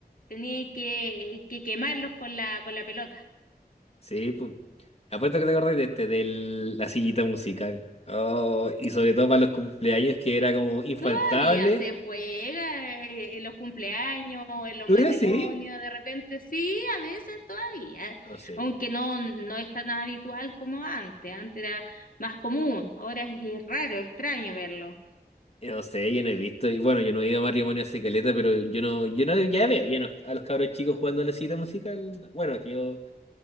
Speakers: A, on the left (about 55°); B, on the left (about 35°).
A: tenías que, que quemarlos con la, con la pelota.
B: Sí, pues. Apuesto que te acordás de este, de la sillita musical. Oh, y sobre todo para los cumpleaños que era como infaltable.
A: Todavía se juega eh, en los cumpleaños, en los
B: ¿Tú
A: matrimonios,
B: decís?
A: de repente sí, a veces todavía,
B: No sé.
A: aunque no, no es tan habitual como antes, antes era más común, ahora es, es raro, extraño verlo.
B: No sé, yo no he visto. Y bueno, yo no he ido a matrimonio hace caleta, pero yo no, yo no, ya veo ya no- a los cabros chicos jugando a la sillita musical. Bueno, es que yo,